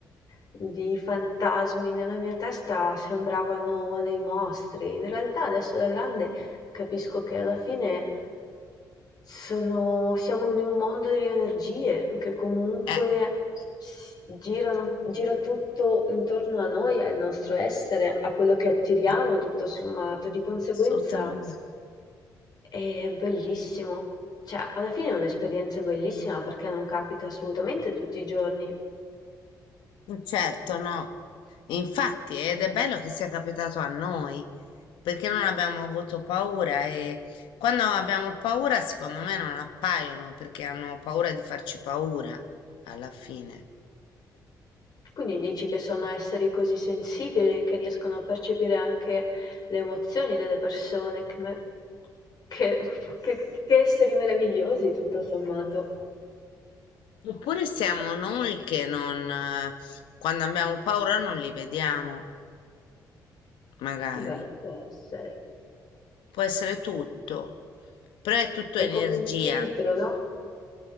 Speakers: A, on the left; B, on the left.
A: di fantasmi. Nella mia testa sembravano dei mostri. In realtà adesso da grande capisco che alla fine sono, siamo in un mondo di energie che comunque
B: Eh,
A: s- girano, gira tutto intorno a noi, al nostro essere, a quello che attiriamo,
B: eh,
A: tutto sommato. Di conseguenza...
B: assolutamente.
A: È bellissimo. Cioè, alla fine è un'esperienza bellissima perché non capita assolutamente tutti i giorni.
B: Certo, no. Infatti, ed è bello che sia capitato a noi, perché non abbiamo avuto paura e quando abbiamo paura, secondo me non appaiono, perché hanno paura di farci paura alla fine.
A: Quindi dici che sono esseri così sensibili che riescono a percepire anche le emozioni delle persone. Che, me- che- <laughs> che- che esseri meravigliosi, tutto sommato.
B: Oppure siamo noi che non, eh, quando abbiamo paura non li vediamo, magari.
A: Beh, può essere.
B: Può essere tutto, però è tutto
A: È
B: energia.
A: come un filtro, no?